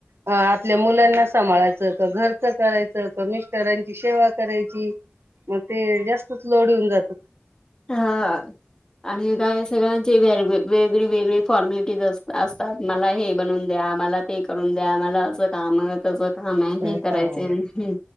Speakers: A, on the right; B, on the left.
A: अ आपल्या मुलांना सांभाळायचं का? घरच करायचं? का मिस्टरांची सेवा करायची? मग ते जास्तच लोड येऊन जातात.
B: हा आणि काय सगळ्यांची व वेगळी वेगळी फॉर्मलिटीज असता असं तात. मला हे बनून द्या. मला ते करून द्या. मला अस काम तस काम
A: हो
B: हे करायच आहे आणि हे